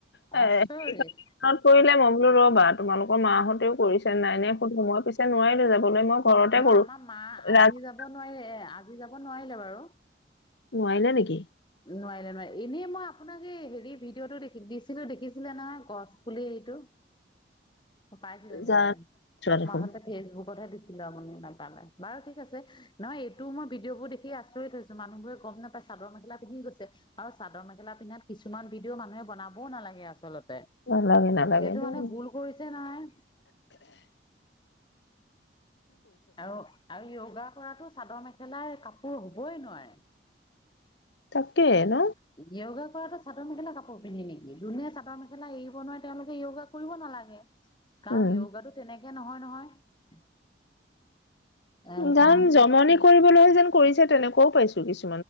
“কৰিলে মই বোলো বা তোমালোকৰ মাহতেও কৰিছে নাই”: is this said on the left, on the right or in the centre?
Left